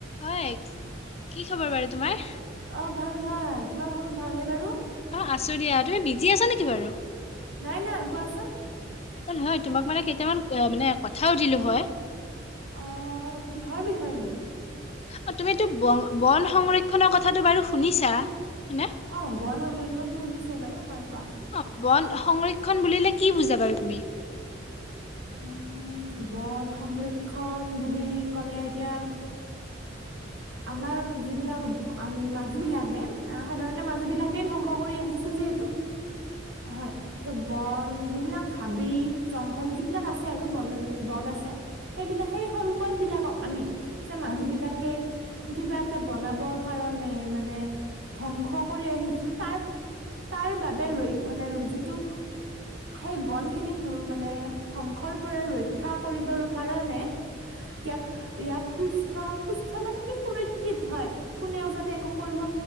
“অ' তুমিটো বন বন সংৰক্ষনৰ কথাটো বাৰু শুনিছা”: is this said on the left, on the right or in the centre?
Left